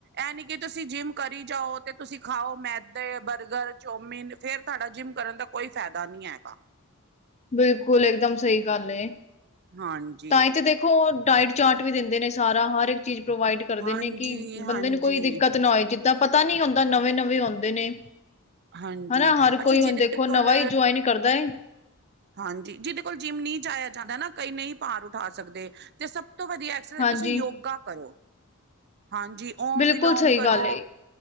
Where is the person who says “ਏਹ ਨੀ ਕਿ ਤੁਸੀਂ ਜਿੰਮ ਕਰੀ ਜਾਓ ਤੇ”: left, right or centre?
Right